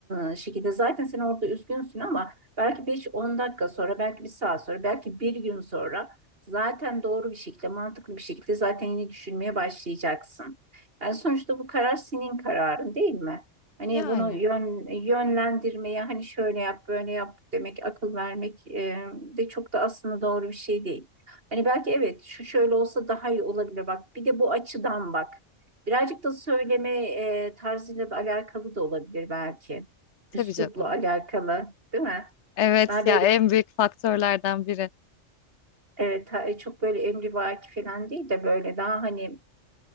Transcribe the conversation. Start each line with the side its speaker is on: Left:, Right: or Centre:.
Right: e, şekilde zaten sen orada üzgünsün ama belki 5-10 dakika sonra, belki bir saat sonra, belki bir gün sonra zaten doğru bir şekilde, mantıklı bir şekilde zaten yine düşünmeye başlayacaksın. Yani sonuçta bu karar senin kararın değil mi? Hani
Left: Yani
Right: bunu yön, yönlendirmeye, hani şöyle yap, böyle yap demek, akıl vermek e, de çok da aslında doğru bir şey değil. Hani belki evet şu şöyle olsa daha iyi olabilir bak. Bir de bu açıdan bak. Birazcık da söyleme e, tarzıyla da alakalı da olabilir belki.
Left: tabii
Right: Üslupla
Left: canım.
Right: alakalı, değil mi?
Left: Evet
Right: Daha
Left: ya
Right: böyle
Left: en büyük faktörlerden biri.
Right: Evet, ha- e, çok böyle emrivaki falan değil de böyle daha hani